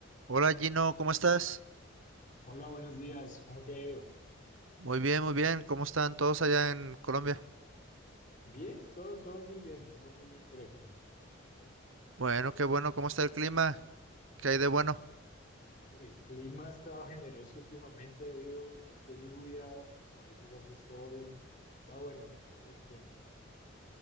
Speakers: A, on the right; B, on the left.
A: Hola Gino, ¿cómo estás?
B: Hola, buenos días. ¿Cómo te ha ido?
A: Muy bien, muy bien. ¿Cómo están todos allá en Colombia?
B: Bien, todo, todo muy bien, todo muy bien por aquí.
A: Bueno, qué bueno. ¿Cómo está el clima? ¿Qué hay de bueno?
B: El clima ha estado generoso últimamente, ha habido bastante lluvia, a veces hace sol. Está bueno, está bueno el clima.